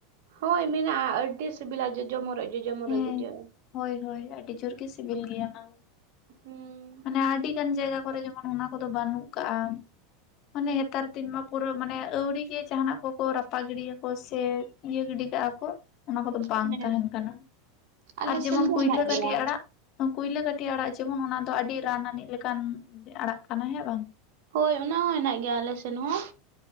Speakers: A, on the right (about 70°); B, on the left (about 50°).
A: ᱦᱳᱭ ᱢᱮᱱᱟᱜ-ᱟ ᱟᱹᱰᱤ ᱥᱤᱵᱤᱞᱟ ᱡᱚᱡᱚ ᱢᱚᱨᱚᱡ ᱡᱚᱡᱚ ᱢᱚᱨᱚᱡ
B: ᱦᱮᱸ
A: ᱵᱩᱡᱷᱟᱹᱜ-ᱟ᱾
B: ᱦᱳᱭ ᱦᱳᱭ ᱟᱹᱰᱤ ᱡᱳᱨ ᱜᱮ ᱥᱤᱵᱤᱞ ᱜᱮᱭᱟ ᱚᱱᱟ,
A: ᱦᱩᱸᱻ
B: ᱢᱟᱱᱮ ᱟᱹᱰᱤ ᱜᱟᱱ ᱡᱟᱭᱜᱟ ᱠᱚᱨᱮ ᱡᱮᱢᱚᱱ ᱚᱱᱟ ᱠᱚᱫᱚ ᱵᱟᱹᱱᱩᱜ ᱠᱟᱜ-ᱟ ᱢᱟᱱᱮ ᱱᱮᱛᱟᱨ ᱫᱤᱱ ᱢᱟ ᱯᱩᱨᱟᱹ ᱢᱟᱱᱮ ᱟᱹᱣᱲᱤ ᱜᱮ ᱡᱟᱦᱱᱟᱜ ᱠᱚ ᱠᱚ ᱨᱟᱯᱟᱜ ᱜᱤᱰᱤᱭᱟ ᱠᱚ ᱥᱮ ᱤᱭᱟᱹ ᱜᱤᱰᱤ ᱠᱟᱜ-ᱟ ᱠᱚ, ᱚᱱᱟ ᱠᱚᱫᱚ ᱵᱟᱝ
A: ᱦᱮᱸ
B: ᱛᱟᱦᱮᱱ ᱠᱟᱱᱟ
A: ᱟᱞᱮ
B: ᱟᱨ ᱡᱮᱢᱚᱱ
A: ᱥᱮᱱ ᱫᱚ
B: ᱠᱩᱭᱞᱟᱹ
A: ᱦᱮᱱᱟᱜ ᱜᱮᱭᱟ
B: ᱠᱟᱹᱴᱤ ᱟᱲᱟᱜ ᱠᱩᱭᱞᱟᱹ ᱠᱟᱹᱴᱤᱡ ᱟᱲᱟᱜ ᱡᱮᱢᱚᱱ ᱚᱱᱟ ᱫᱚ ᱟᱹᱰᱤ ᱨᱟᱱ ᱟᱹᱱᱤᱡ ᱞᱮᱠᱟᱱ ᱟᱲᱟᱜ ᱠᱟᱱᱟ ᱦᱮᱸ ᱵᱟᱝ,
A: ᱦᱳᱭ ᱚᱱᱟ ᱦᱚᱸ ᱦᱮᱱᱟᱜ ᱜᱮᱭᱟ ᱟᱞᱮ ᱥᱮᱱ ᱦᱚᱸᱼᱼ